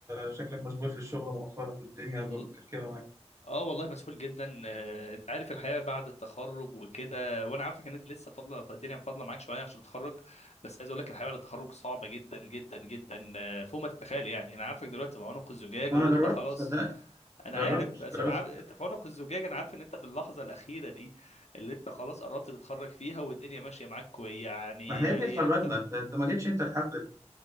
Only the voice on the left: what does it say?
والله
اه والله مسحول جدا آه، انت عارف الحياه بعد التخرج وكده وانا عارفك ان انت لسه فاضله الدنيا فاضله معاك شويه عشان تتخرج بس عايز اقول لك الحياه بعد التخرج صعبه جدا جدا جدا آه، فوق ما تتخيل يعني انا عارفك دلوقتي في عنق الزجاجه
وانت
خلاص
انا
عارف بس
انا عارف انت في عنق الزجاجه انا عارف ان انت في اللحظه الاخيره دي اللي انت خلاص قربت تتخرج فيها والدنيا ماشيه معاك كويس يعني
يعني
انت